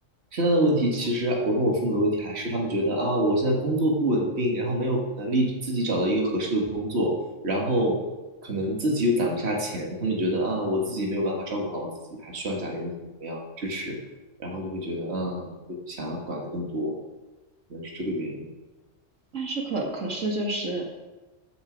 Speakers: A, on the right; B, on the right.
A: 现在的问题，其实我跟我父母的问题还是他们觉得啊，我现在工作不稳定，然后没有能力自己找到一个合适的工作，然后可能自己又攒不下钱，他们觉得啊，我自己没有办法照顾好我自己，还需要家里人怎么怎么样支持，然后就会觉得嗯，就是想要管得更多，可能是这个原因。
B: 但是可可是就是